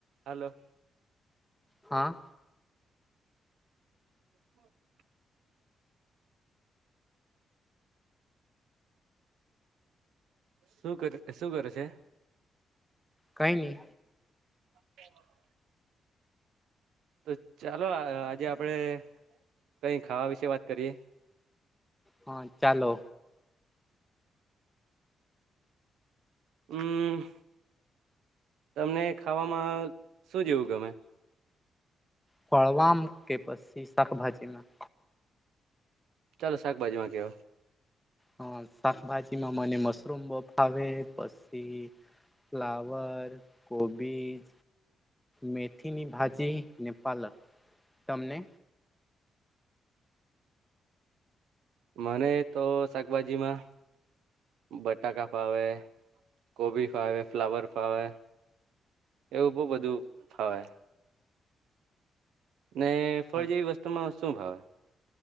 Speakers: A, on the right; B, in the centre.
A: હાલો.
B: હા.
A: <inaudible> શું કર શું કરે છે?
B: કઈ નહી.
A: <inaudible> તો ચાલો આજે આપડે કઈ ખાવા વિશે વાત કરીએ.
B: હા ચાલો
A: હમ તમને ખાવામાં શું જેવું ગમે?
B: ફળવામ કે પછી શાકભાજીમાં?
A: ચાલો શાકભાજી માં કેવો.
B: <unintelligible> શાકભાજીમાં મને મશરૂમ બફાવે પછી ફ્લાવર કોબીજ મેથીની ભાજી ને પાલક તમને.
A: મને તો શાકભાજીમાં બટાકા ફાવે કોબી ફાવે ફ્લાવર ફાવે એવું બહુ બધું ફાવે. ને ફળ
B: હા
A: જેવી વસ્તુમાં? શું ભાવે?